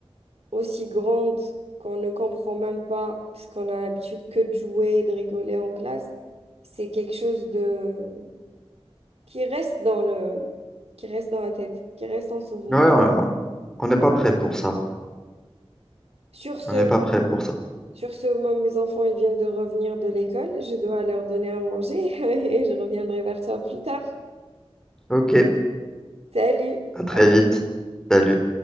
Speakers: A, on the right; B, in the centre.
A: aussi grande qu'on ne comprend même pas parce qu'on a l'habitude que de jouer et de rigoler en classe, c'est quelque chose de... qui reste dans le... qui reste dans la tête, qui reste en souvenir.
B: Ouais, on on n'est pas prêt pour ça.
A: Sur ce,
B: On n'est pas prêt pour ça.
A: Sur ce moment, mes enfants, ils viennent de revenir de l'école. Je dois leur donner à manger <laughs> et je reviendrai vers toi plus tard.
B: Ok,
A: Salut,
B: à très
A: à bientôt.
B: vite. Salut.